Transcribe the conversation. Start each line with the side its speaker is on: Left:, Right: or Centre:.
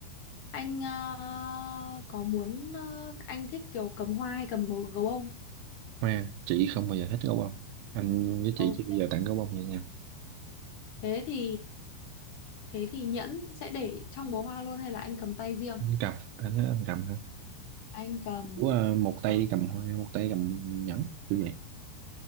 Left: anh à, có muốn à, anh thích kiểu cầm hoa hay cầm gấu gấu không
Right: hoa chị không bao giờ thích gấu bông anh với
Left: Ồ,
Right: chị chưa bao giờ tặng gấu bông vậy nha
Left: thế thì thế thì nhẫn sẽ để trong bó hoa luôn hay là anh cầm tay riêng?
Right: anh cầm anh thấy anh cầm ha
Left: Anh cầm
Right: Ủa, ờ, một tay
Left: Ờ,
Right: cầm hoa một tay cầm nhẫn kiểu vậy